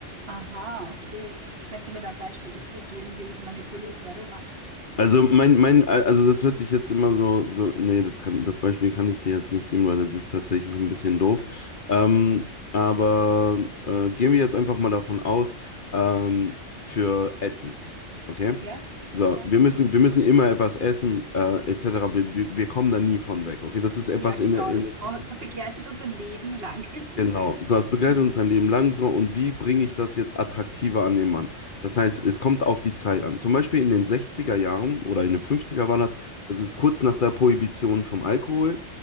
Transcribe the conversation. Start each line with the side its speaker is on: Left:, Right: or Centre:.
Right: Aha, okay. Kannst du mir da ein Beispiel dafür geben, wie ich manipuliert werde im Alltag?
Left: Also mein, mein, also das hört sich jetzt immer so, so, nee, das kann, das Beispiel kann ich dir jetzt nicht geben, weil das ist tatsächlich ein bisschen doof. Ähm, aber äh, gehen wir jetzt einfach mal davon aus, ähm, für Essen. Okay?
Right: Ja,
Left: So,
Right: ja.
Left: wir müssen, wir müssen immer etwas essen, äh, etc. Wir, wir, wir kommen da nie von weg. Okay, das ist etwas
Right: Ja, genau,
Left: in, der- in
Right: das
Left: der
Right: brau-
Left: Zukunft.
Right: begleitet uns ein Leben lang. <laughs>
Left: Genau, so das begleitet
Right: Ja.
Left: uns sein Leben lang so und wie bringe ich das jetzt attraktiver an den Mann? Das heißt, es kommt auf die Zeit an. Zum Beispiel in den 60er Jahren oder in den 50er war das, das ist kurz nach der Prohibition vom Alkohol